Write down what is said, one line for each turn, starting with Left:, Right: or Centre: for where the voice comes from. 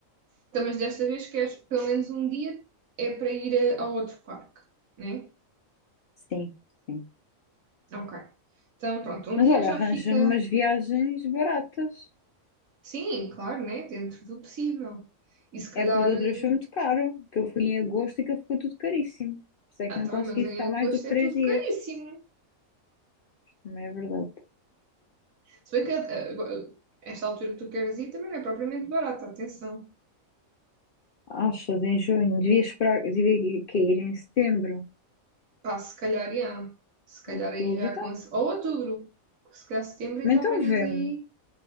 Right: Então, mas desta vez queres pelo menos um dia é para ir a, ao outro parque, né?
Left: sim, sim.
Right: Ok. Então, pronto, um
Left: Mas
Right: dia
Left: olha,
Right: já
Left: arranja-me
Right: fica,
Left: umas viagens baratas.
Right: sim, claro, né? Dentro do possível. E se calhar,
Left: É porque de outra
Right: eh,
Left: vez foi muito caro, que eu fui em agosto e que ficou tudo caríssimo. Por isso é
Right: ah,
Left: que
Right: tá
Left: não consegui
Right: bem, mas
Left: ficar
Right: em agosto
Left: mais do que
Right: é
Left: três
Right: tudo
Left: dias.
Right: caríssimo.
Left: Também é verdade.
Right: Se bem que eh, agora, eh, esta altura que tu queres ir também não é propriamente barata, atenção.
Left: Achas em junho? Devia esperar, devia cair em setembro,
Right: Pá, se calhar, já. Se calhar
Left: outubro.
Right: aí já
Left: Então,
Right: com. Ou outubro, se calhar setembro ainda
Left: mas então
Right: apanhas
Left: vê-me.
Right: aí